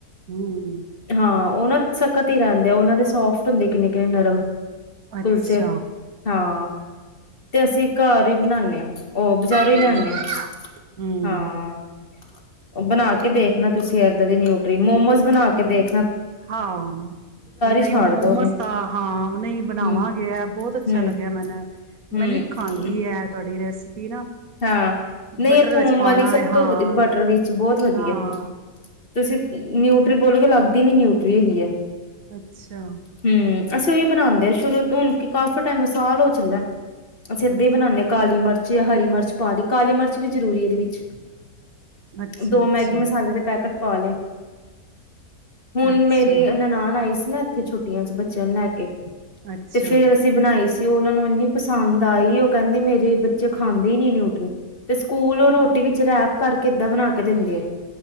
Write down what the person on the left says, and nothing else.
ਹਾਂ ਉਹਨਾਂ ਸਖਤ ਹੀ ਰਹਿੰਦੇ ਆ ਉਹਨਾਂ ਦੇ ਸੋਫਟ ਹੁੰਦੇ ਕਿੰਨੇ ਕਿੰਨੇ ਨਰਮ
ਕੁਲਚੇ ਹਾਂ ਤੇ ਅਸੀਂ ਘਰ ਹੀ ਬਣਾਨੇ ਹਾਂ ਉਹ ਬਜ਼ਾਰੋਂ ਹੀ
ਲਿਆਂਦੇ ਹਾਂ।
ਹਾਂ ਉਹ ਬਣਾ ਕੇ ਦੇਖਣਾ ਤੁਸੀਂ ਏਦਾਂ ਦੀ ਨਿਊਟਰੀ ਮੋਮੋਜ਼ ਬਣਾ ਕੇ ਦੇਖ
ਛਾੜ
ਦੋਗੇ
ਹਮ
ਹਮ
ਹਮ
ਹਾਂ ਨਹੀਂ
ਇਹ ਥੋਮ
ਵਾਲੀ ਸਭ
ਤੋਂ ਵਧ ਬਟਰ ਵਿਚ ਬਹੁਤ ਵਧੀਆ
ਤੁਸੀਂ ਨਿਊਟਰੀ ਬੋਲ ਕੇ ਲੱਗਦੀ ਨੀ ਨਿਊਟਰੀ ਹੈਗੀ ਹੈ।
ਹੂੰ ਅਸੀਂ ਉਹੀ ਬਣਾਦੇ ਹਾਂ ਸ਼ੁਰੂ ਤੋਂ ਕਿ ਕਾਫੀ ਟਾਈਮ ਸਾਲ ਹੋ ਚੱਲਾ ਆ ਅਸੀਂ ਅੱਧੇ ਹੀ ਬਨਾਦੇ ਹ ਕਾਲੀ ਮਿਰਚ ਹਰੀ ਮਿਰਚ ਪਾ ਦੀ ਕਾਲੀ ਮਿਰਚ ਵੀ ਜ਼ਰੂਰੀ ਇਹਦੇ ਵਿੱਚ
ਦੋ
ਮੈਗੀ ਮਸਾਲੇ ਦੇ ਪੈਕੇਟ ਪਾ ਲੇ। ਹੁਣ
ਮੇਰੀ ਨਨਾਣ ਆਈ ਸੀ ਨਾ ਇਥੇ ਛੁਟੀਆ ਚ ਬੱਚਿਆਂ ਨੂੰ ਲੈ ਕੇ।
ਤੇ ਫੇਰ ਅਸੀਂ ਬਣਾਈ ਸੀ। ਉਹਨਾਂ ਨੂੰ ਇੰਨੀ ਪਸੰਦ ਆਈ ਉਹ ਕਹਿੰਦੀ ਮੇਰੇ ਬੱਚੇ ਖਾਂਦੇ ਹੀ ਨੀ ਨਿਊਟਰੀ। ਤੇ ਸਕੂਲ ਉਹ ਰੋਟੀ ਵਿਚ ਰੈਪ ਕਰਕੇ ਏਦਾਂ ਬਣਾ ਕੇ ਦਿੰਦੇ ਆ।